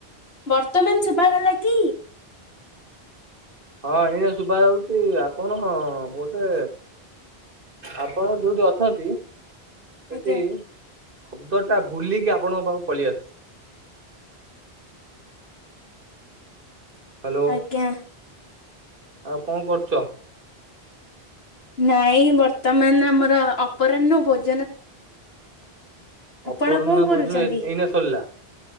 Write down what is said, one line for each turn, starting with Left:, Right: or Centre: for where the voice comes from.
Left: ବର୍ତ୍ତମାନ ଶୁଭା ଗଲା କି?
Right: ହଁ, ଏଇ ଶୁଭା ଯାଉଛି ଆପଣ ବୋଧେ ଆପଣ ଯଉଠି ଅଛନ୍ତି। ସେଠି
Left: ଆଜ୍ଞା
Right: ଶବ୍ଦଟା ବୁଲିକି ଆପଣଙ୍କ ପାଖୁ ପଳେଇ ଆସୁଛି। ହ୍ୟାଲୋ
Left: ଆଜ୍ଞା।
Right: ଆଉ କଣ କରୁଛ?
Left: ନାଇଁ, ବର୍ତ୍ତମାନ ଆମର ଅପରାହ୍ନ ଭୋଜ ଆପଣ
Right: ଅପରାହ୍ନ
Left: କଣ କରୁଛନ୍ତି?
Right: ଭୋଜନ ଏଇନା ସରିଲା।